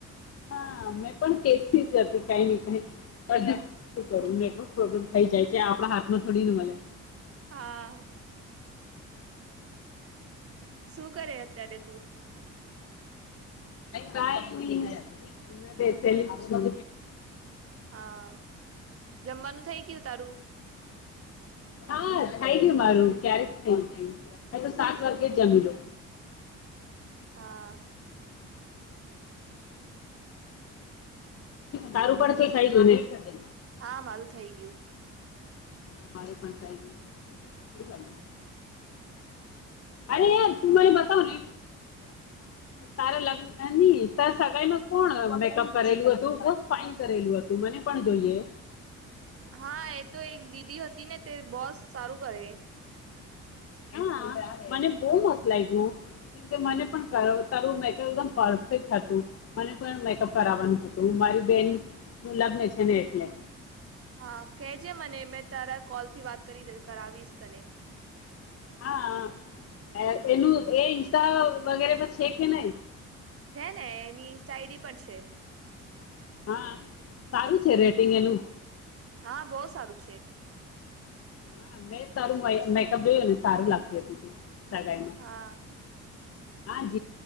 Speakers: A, on the left; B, on the right.
A: હા મેં પણ કેતી જ હતી કઈ ને કઈ પણ શું કરું નેટવર્ક પ્રોબ્લેમ થઈ જાય છે આપણા હાથમાં થોડીને મલે
B: હા શું કરે અત્યારે તું
A: કાંઈ નહિ બેસેલી છું
B: હા જમવાનું થઇ ગયું તારું
A: હા થાય ગયું મારું ક્યારેક થઈ ગુયુ તો સાત વાગે જ જમી લો
B: હા
A: તારું પડત થાય ગયો
B: હા મારું થઇ ગયું
A: હ બાળું પણ અરે એ તુંને બતાવને તારા લગ્ન ની ત સગાઈમાં કોણ મેકઅપ કરેલું હતું બ કરેલું હતું મને પણ જોઈએ
B: હા એ તો એક દીદી હતી ને તે બોસ સારું કરે
A: હા મને બહુ મસ્ત લાગ્યું કેમકે મને પણ કર તારું મેકઅપ એકદમ પરફેક્ટ હતું મને પણ મેકઅપ કરાવવાનું હતું મારી બેન નું લગ્ન છે ને એટલે
B: હા કેજે મને મેં તારા કોલ થી વાત કરી કરાવીશ તને
A: હા એનું એ ઇન્સ્ટા વગેરે પણ છે કે નહી
B: છે ને એની સઇડી પણ છે
A: હા સારું છે રેટિંગ એનું
B: હા બહુ સારું છે
A: હા મેં સારું મેકઅપ જોયુંને સારું લાગતી હતી સગાઈમાં
B: હા
A: હા જ